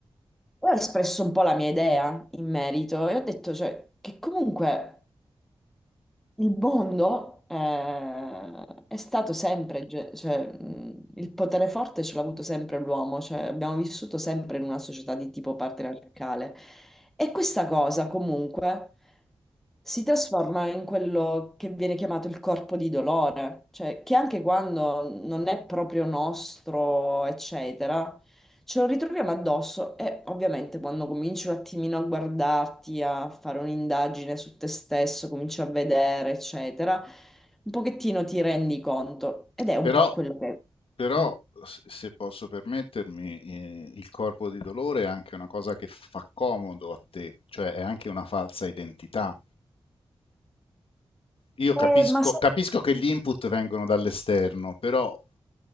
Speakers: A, in the centre; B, on the left.
A: ho espresso un po' la mia idea in merito e ho detto, cioè, che comunque. Il mondo eh, è stato sempre, ge- cioè, mh, il potere forte ce l'ha avuto sempre l'uomo, cioè, abbiamo vissuto sempre in una società di tipo patriarcale e questa cosa comunque si trasforma in quello che viene chiamato il corpo di dolore, cioè che anche quando non è proprio nostro, eccetera, Ce lo ritroviamo addosso e ovviamente quando cominci un attimino a guardarti, a fare un'indagine su te stesso, cominci a vedere, eccetera, un pochettino ti rendi conto ed è un
B: Però,
A: po' quello che...
B: però,
A: Mm.
B: s- se posso permettermi, eh, il corpo di dolore è anche una cosa che fa comodo a te, cioè è anche una falsa identità Io capisco,
A: Eh, ma sai,
B: capisco che gli input vengono dall'esterno, però